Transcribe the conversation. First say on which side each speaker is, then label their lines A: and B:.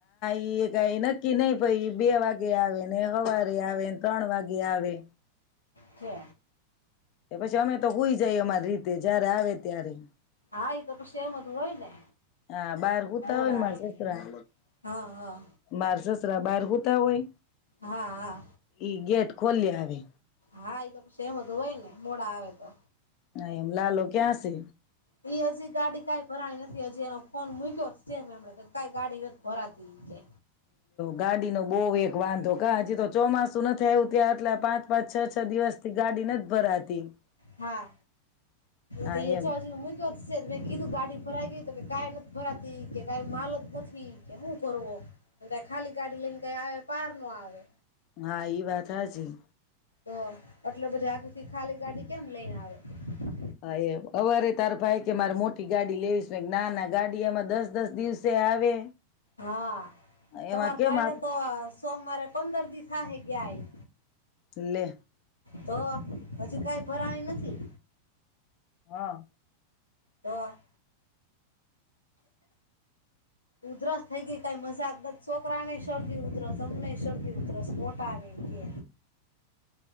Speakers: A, on the left; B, on the left.
A: ઈએ કાઈ નક્કી નઈ ભઈ ઈ બે વાગે આવે ને હવારે આવે, ત્રણ વાગે આવે.
B: ઠે
A: ને પછી અમે તો હૂઈ જાઈ અમારી રીત તે જયારે આવે ત્યારે.
B: હા એ તો <unintelligible> હોય ને.
A: હા બહાર કૂતા
B: મોડા
A: હોય ને મા
B: આવે
A: સસરા
B: તો હા હા
A: બાર સસરા બહાર હુતા હોય
B: હા હા
A: ઈ ગેટ ખોલ્યા આવે.
B: હા એ તો સેમ હતું હોય ને મોડા આવે તો
A: હા એમ લાલો ક્યાં છે.
B: એ હજી ગાડી કાઈ ભરાની નથી હજી એનો ફોન મુક્યો છેમ એમ કાઈ ગાડી ભરાતી છે.
A: ગાડી નો બોવ એક વાંધો કા હજી તો ચોમાસું નથી આવ્યું ત્યાં એટલા પાંચ પાચ છ છ દિવસ થી ગાડી નથી ભરાતી
B: હા
A: <inaudible> હા
B: તો એ
A: એમ.
B: તો હજી મૂક્યો જ છે મેં કીધું ગાડી ભરાઈ ગઈ તો કે કઈ નથી ભરાતી કે કઈ માલ જ નથી કે હું ફરવો. ખાલી ગાડી લઈને આયો. પારનો આવે.
A: હા ઈ વાત હાચી.
B: તો એટલે બધા આથી ખાલી ગાડી કેમ લઈને આવે.
A: હા એ હવારે તાર ભાઈ કે મારે મોટી ગાડી લેવીશ નાના ગાડી એમાં દસ દસ દિવસે આવે
B: હા તમાર
A: એમાં કેમ
B: ભાઈ
A: આપ
B: ને તો સોમવારે પંદર દિવસ થાહે ગયા ઈ
A: લે
B: તો હજી કઈ ભરાણી નથી.
A: હા.
B: તો ઉધરસ થઈ ગઈ કઈ મજાજ નથી છોકરા ને શરદી ઉધરસ અમને શરદી ઉધરસ મોટા ને કે